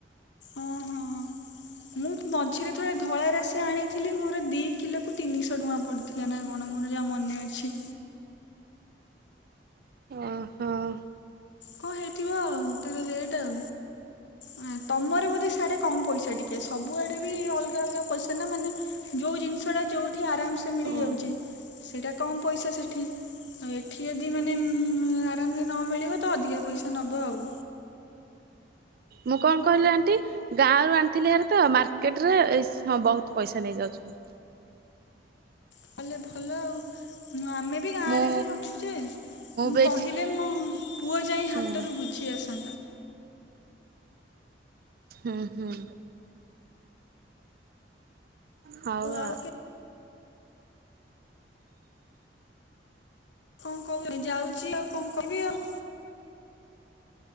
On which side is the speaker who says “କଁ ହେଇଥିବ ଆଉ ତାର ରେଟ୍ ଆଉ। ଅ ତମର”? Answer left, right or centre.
Left